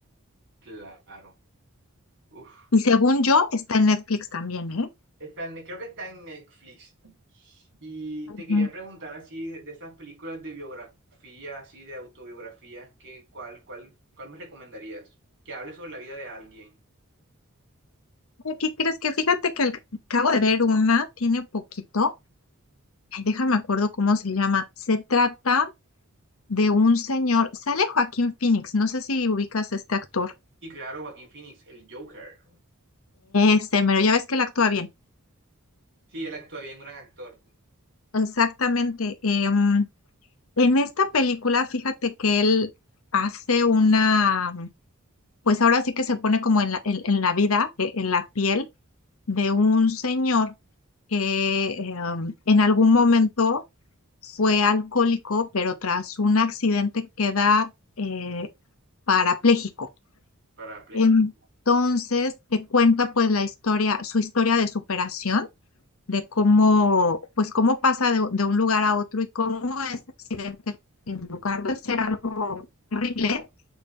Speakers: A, on the right; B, on the left.
A: claro. Uf.
B: Y según yo, está en Netflix también, ¿eh?
A: Está en- creo que está en Netflix. Y
B: Ujú.
A: te quería preguntar así de de esas películas de biografía, así de autobiografía, ¿qué, cuál, cuál, cuál me recomendarías? Que hable sobre la vida de alguien.
B: ¿Y crees que fíjate que al- acabo de ver una, tiene poquito, Ay, déjame acuerdo cómo se llama. Se trata de un señor, sale Joaquín Phoenix, no sé si ubicas a este actor.
A: Y claro, Joaquín Phoenix, el Joker.
B: Ese, pero ya ves que él actúa bien.
A: Sí, él actúa bien, un gran actor.
B: Exactamente. em, en esta película, fíjate que él hace una, pues ahora sí que se pone como en la, en, en la vida, e- en la piel de un señor que em, en algún momento fue alcohólico, pero tras un accidente queda eh, parapléjico.
A: Parapléjico.
B: Entonces, te cuenta pues la historia, su historia de superación, de cómo, pues cómo pasa de, de un lugar a otro y cómo ese accidente, en lugar de ser algo horrible,